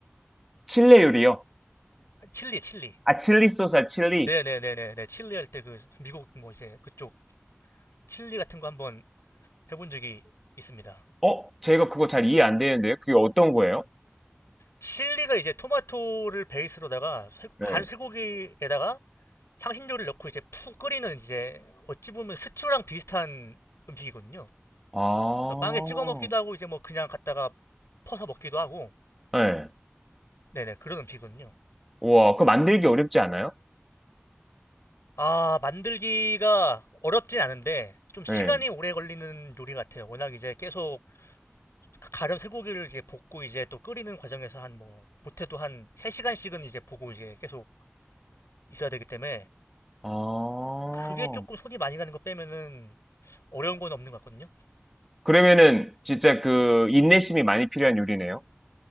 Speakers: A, in the centre; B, on the left.
A: 칠레 요리요?
B: 칠리, 칠리.
A: 아, 칠리 소스, 아, 칠리.
B: 네네네네 네. 칠리 할 때 그 미국 뭐 이제 그쪽 칠리 같은 거 한번 해본 적이 있습니다.
A: 어, 제가 그거 잘 이해 안 되는데요. 그게 어떤 거예요?
B: 칠리가 이제 토마토를 베이스로다가
A: 네.
B: 간 쇠고기에다가 향신료를 넣고 이제 푹 끓이는 이제 어찌 보면 스튜랑 비슷한 음식이거든요.
A: 아,
B: 그래서 빵에 찍어 먹기도 하고 이제 뭐 그냥 갖다가 퍼서 먹기도 하고
A: 네.
B: 네네 그런 음식이거든요.
A: 우와, 그거 만들기 어렵지 않아요?
B: 아 만들기가 어렵진 않은데 좀 시간이
A: 네.
B: 오래 걸리는 요리 같아요. 워낙 이제 계속 가른 쇠고기를 이제 볶고 이제 또 끓이는 과정에서 한 뭐 못해도 한 세 시간씩은 이제 보고 이제 계속 있어야 되기 때문에
A: 아,
B: 그게 조금 손이 많이 가는 거 빼면은 어려운 건 없는 것 같거든요.
A: 그러면은 진짜 그 인내심이 많이 필요한 요리네요.